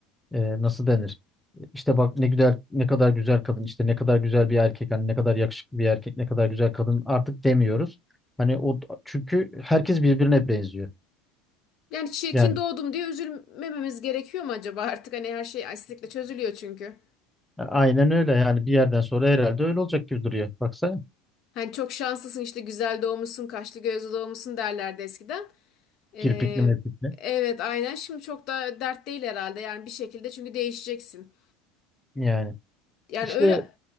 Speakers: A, in the centre; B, on the left.
A: e, nasıl denir? İşte bak ne güzel ne kadar güzel kadın işte ne kadar güzel bir erkek hani ne kadar yakışıklı bir erkek ne kadar güzel kadın artık demiyoruz. Hani o çünkü herkes birbirine benziyor.
B: Yani çirkin
A: Yani
B: doğdum diye üzülmememiz gerekiyor mu acaba artık? Hani her şey estetikle çözülüyor çünkü.
A: aynen öyle yani bir yerden sonra herhalde öyle olacak gibi duruyor. Baksana
B: Hani çok şanslısın işte güzel doğmuşsun, kaşlı gözlü doğmuşsun derlerdi eskiden. Ee,
A: kirpikli mirpikli.
B: evet aynen. Şimdi çok da dert değil herhalde. Yani bir şekilde çünkü değişeceksin.
A: Yani
B: Yani
A: işte
B: öyle